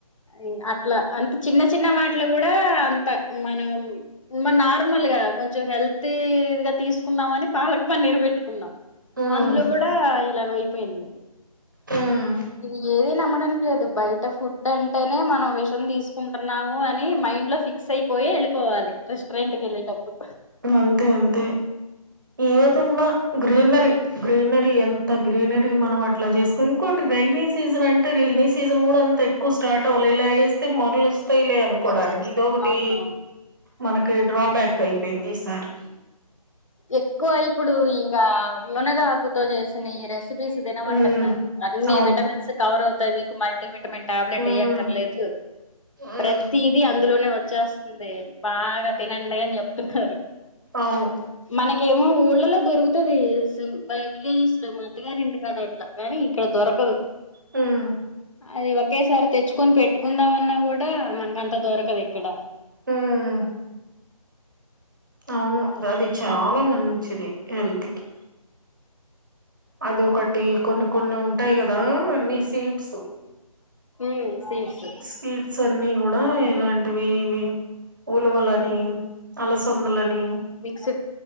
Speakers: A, on the left; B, on the right.
A: ఇగ అట్లా అంతే చిన్న చిన్న మాట్లు గూడా అంత మనం మన్ నార్మల్ గా కొంచం హెల్తీ ద్గా తీస్కుందామని పాలక్ పన్నీరు వెట్టుకున్నాం
B: హ్మ్
A: అంద్లో గూడా ఇలాగైపోయింది
B: హ్మ్
A: ఇది ఏది నమ్మడానికి లేదు బయట ఫు దంటేనే మనం విషం దీసుకుంటున్నాము అని మైండ్ లో ఫిక్స్ అయిపోయే వెళ్ళిపోవాలి రెస్టారెంట్ కి ఏళ్ళేటప్పుడు
B: ఈమే అంతే అంతే ఏదున్నా గ్రీనరీ గ్రీనరీ ఎంత గ్రీనరీ మనం అట్లా జేస్తే ఇంకోటి రెైనీ సీజన్ అంటే రెైనీ సీజన్ గూడ అంత ఎక్కువ స్టార్ట్ అవ్వలే ఇలా వేస్తే మరలు వస్తాయిలే అనుకోడానికి
A: వచ్చేస్త
B: ఇదోకటి
A: అవునవును
B: మనకి డ్రాబ్యాకైయిపోయింది ఈ సారీ
A: ఎక్కువ ఇప్పుడు ఇంగా మునగాకుతో జేసిన ఈ రెస్పి రెస్పిస్ తినమంటున్నారు
B: ఉమ్
A: అన్ని
B: అవును
A: విటమిన్ కవర్ అవుతాయి మీకు మల్టీవిటమిన్ విటమిన్ టాబ్లెట్
B: ఉమ్
A: ఏయ్యక్కర్లేదు
B: ఉమ్
A: ప్రతీది అందులోనే వచ్చేస్త ఉంది బాగా తినండే అన్ జేప్తున్నారు
B: అవును
A: మనకేమో ఊళ్ళలో దొరుకుతాది పై విలేజెస్ లో మా అత్తగారింటికాడ ట్లా గానీ ఇక్కడ దొరకదు
B: హ్మ్
A: అది ఒకేసారి తెచ్చుకొని పెట్టుకుందామన్నా గూడా మనకు అంత దొరకదు ఇక్కడ
B: ఉమ్మ్ అవును అది చాలా మంచిది హెల్త్ కి అది ఒకటి కొన్ని కొన్ని ఉంటాయి గదా అన్ని సీడ్స్
A: అవును ఉమ్మ్ సీడ్స్
B: సీడ్స్ అన్నీ గూడ ఎలాంటివి ఇవీ ఉలవలనీ అలసందలనీ
A: సిగ్స్